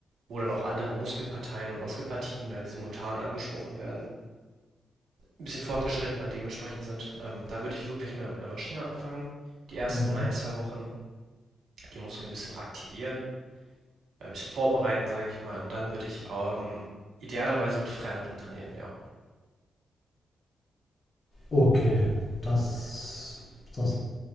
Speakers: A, on the right; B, on the left.
A: wo dann auch andere Muskelparteien und Muskelpartien halt simultan angesprochen werden, ein bisschen fortgeschrittener dementsprechend sind. Ähm, da würde ich wirklich mit einer Maschine anfangen, die ersten
B: Mhm.
A: ein, zwei Wochen die Muskeln ein bisschen aktivieren äh, ein bisschen vorbereiten, sage ich mal. Und dann würde ich ähm, idealerweise mit Freihandeln trainieren, ja.
B: Okay, das, das